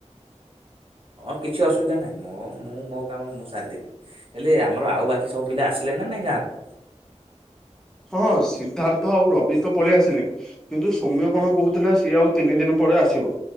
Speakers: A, on the right; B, in the centre.
A: ହଁ କିଛି ଅସୁବିଧା ନାହିଁ ମୋ ମୁଁ ମୋ କାମ ମୁଁ ସାରିଦେବି ହେଲେ ଆମର ଆଉ ବାକି ସବୁ ପିଲା ଆସିଲେଣି। ନ ନାହିଁ ଗାଁକୁ।
B: ହଁ ସିଦ୍ଧାର୍ଥ ଆଉ ରବି ତ ପଳେଇ ଆସିଲେ, କିନ୍ତୁ ସୌମ୍ୟ କଣ କହୁଥିଲା ସିଏ ଆଉ ତିନି ଦିନ ପର ଆସିବ